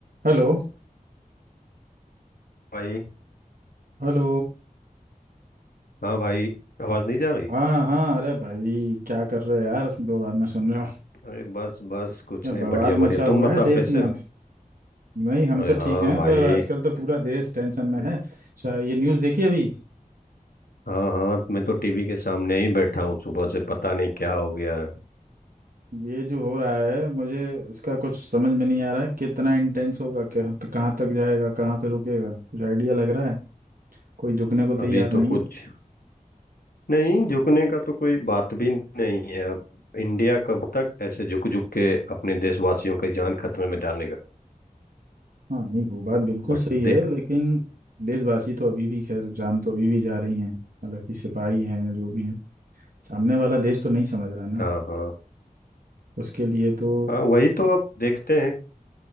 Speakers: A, on the right; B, on the left.
A: Hello
B: भाई
A: Hello
B: हाँ भाई आवाज नहीं जा रही
A: हाँ हाँ अरे भाई क्या कर रहे हो यार दो बार में सुन रहे हो
B: अरे बस बस कुछ
A: ये
B: नहीं
A: बवाल
B: बढ़िया
A: मचा
B: बढ़िया तुम
A: हुआ
B: बताओ
A: है देश
B: कैसे
A: में
B: हो
A: नहीं हम
B: अरे
A: तो
B: हाँ
A: ठीक हैं
B: भाई
A: पर आजकल तो पूरा देश टेंशन में है स- ये न्यूज़ देखी अभी
B: हाँ हाँ मैं तो टीवी के सामने ही बैठा हूँ सुबह से पता नहीं क्या हो गया है
A: ये जो हो रहा है मुझे इसका कुछ समझ में नहीं आ रहा है कितना इंटेंस होगा कहाँ कहाँ तक जाएगा कहाँ पे रुकेगा कुछ आइडिया लग रहा है कोई झुकने को तैयार
B: अभी
A: नहीं
B: तो कुछ
A: है
B: नहीं झुकने का तो कोई बात भी नहीं है अब इंडिया कब तक ऐसे झुक झुक के अपने देशवासियों की जान खतरे में डालेगा
A: हाँ नहीं वो बात बिल्कुल
B: बट
A: सही है
B: देख
A: लेकिन देशवासी तो अभी भी खैर जान तो अभी भी जा रही हैं हालांकि सिपाही हैं या जो भी हैं सामने वाला देश तो नहीं समझ रहा ना
B: हाँ हाँ
A: उसके लिए तो
B: हाँ वही तो अब देखते हैं